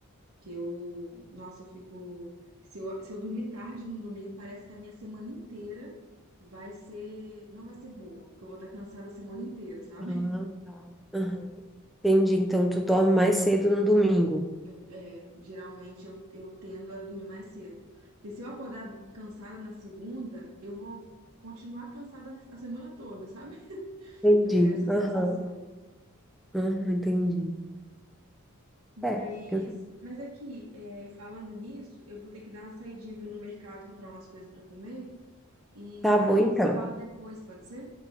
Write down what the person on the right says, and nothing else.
Que eu, nossa, eu fico. Se eu, se eu dormir tarde no domingo, parece que a minha semana inteira vai ser. Não vai ser boa, porque eu vou estar cansada a semana inteira, sabe?
Eu, é, geralmente eu, eu tendo a dormir mais cedo. Porque se eu acordar cansada na segunda, eu vou continuar cansada a semana toda, sabe? <laughs>
Eu tenho essa sensação.
Mas,
mas aqui, é, falando nisso, eu vou ter que dar uma saidinha para ir no mercado comprar umas coisas para comer e
a
gente
se fala depois, pode ser?